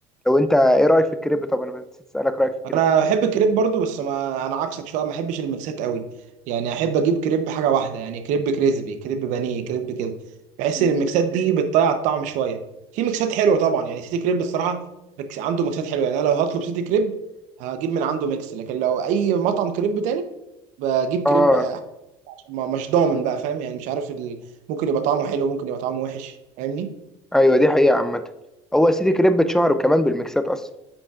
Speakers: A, in the centre; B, on the right.
A: لو انت ايه رايك في الكريب طب انا نسيت اسالك رايك في الكريب
B: انا بحب الكريب برضو بس ما انا عكسك شويه ما بحبش الميكسات قوي يعني احب اجيب كريب حاجه واحده يعني كريب كريسبي كريب بانيه كريب كده بحس
A: مم.
B: ان الميكسات دي بتضيع الطعم شويه في ميكسات حلوه طبعا يعني سيتي كريب الصراحه ميكس- عنده ميكسات حلوه يعني انا لو هطلب سيتي كريب هجيب من عنده ميكس لكن لو اي مطعم كريب تاني بجيب
A: اه
B: كريب ما- مش ضامن بقى فاهم يعني مش عارف ال... ممكن يبقى طعمه حلو ممكن يبقى طعمه وحش فاهمني
A: ايوه دي حقيقه عامه هو يا سيدي كريب اتشهر كمان بالميكسات اصلا